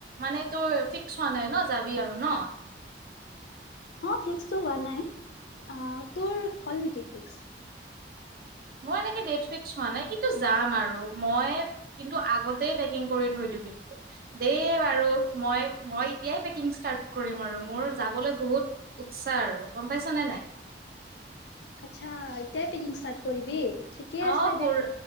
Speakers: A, on the right; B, on the left.
A: মানে তই ফিক্স হোৱা নাই ন যাবি আৰু নহ।
B: অ' ফিক্সটো হোৱা নাই। আ, তোৰ হ'ল নেকি ফিক্স?
A: মই এনেকে ডেট ফিক্স হোৱা নাই, কিন্তু যাম আৰু, মই কিন্তু আগতে পেকিং কৰি থৈ দিওঁ কিন্তু দেই। <unintelligible> বাৰু মই, মই এতিয়াই পেকিং ষ্টাৰ্ট কৰিম। আৰু মোৰ যাবলৈ বহুত উৎসাহ আৰু গম পাইছ নে নাই?
B: আচ্ছা এতিয়াই পেকিং ষ্টাৰ্ট কৰিবি? ঠিকে আছে
A: অ' কোৰ
B: দে